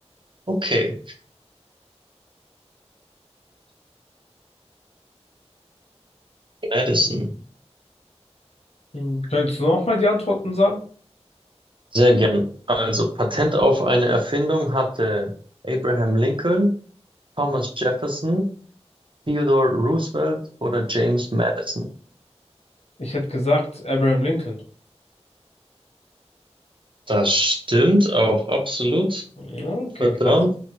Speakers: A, on the right; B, on the left.
A: Okay, Madison.
B: Hm. Könntest du nochmal die Antworten sagen?
A: Sehr gern. Also Patent auf eine Erfindung hatte Abraham Lincoln, Thomas Jefferson, Theodore Roosevelt oder James Madison.
B: Ich hätte gesagt Abraham Lincoln.
A: Das stimmt auch absolut.
B: Hm, Okay,
A: Verdammt,
B: krass.